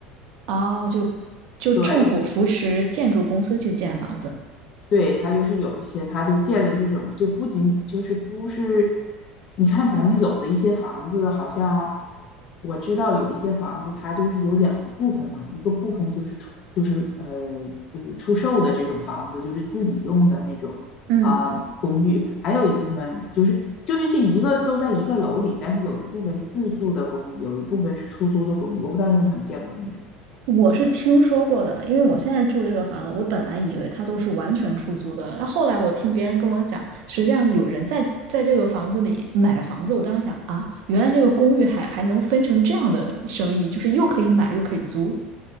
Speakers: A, on the right; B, on the left.
A: 哦，就就政府扶持建筑公司去建房子。
B: 对，对，它就是有一些，它就建了这种，就不仅就是不是，你看咱们有的一些房子，好像我知道有一些房子，它就是有两个部分嘛，一个部分就是出就是呃就是出售的这种房子，就是自己用的那种啊、
A: 嗯。
B: 公寓，还有一部分就是就是这一个都在一个楼里，但是有一部分是自住的公寓，有一部分是出租的公寓，我不知道你有没有见过那种。
A: 我是听说过的，因为我现在住这个房子，我本来以为它都是完全出租的，那后来我听别人跟我讲，实际上有人在在这个房子里买房子，我当时想啊，原来这个公寓还还能分成这样的生意，就是又可以买又可以租。